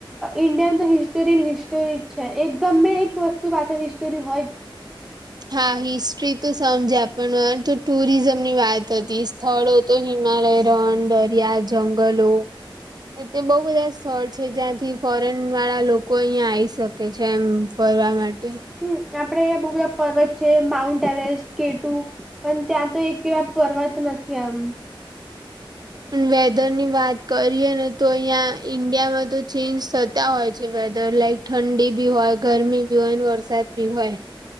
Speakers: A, in the centre; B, on the right.
A: ઇન્ડિયામાં તો હિસ્ટોરીન હિસ્ટોરી જ છે એક ગમે એક વસ્તુ પાછળ હિસ્ટોરી હોય જ
B: હા હિસ્ટ્રી તો સમજ્યા પણ વાર તો ટુરિઝમ ની વાત હતી સ્થળો તો હિમાલય, રણ, દરિયા, જંગલો એ બહુ બધા સ્થળ છે જ્યાંથી ફોરેન વાળા લોકો અહિયાં આવી શ કે છે એમ ફરવા માટે.
A: હમ્મ, આપડે અહિયા બહુ બધા પર્વત છે માઉન્ટ એવરેસ્ટ કેટુ પણ ત્યાં તો એકેવા ફરવા જ નથી આમ.
B: પણ વેધર ની વાત કરીએ ને તો અહંયા ઈન્ડિયામાં તો ચેન્જ થતા હોય છે વેધર લાઈક. ઠંડી ભી હોય, ગરમી બી હોય, વરસાદ બી હોય.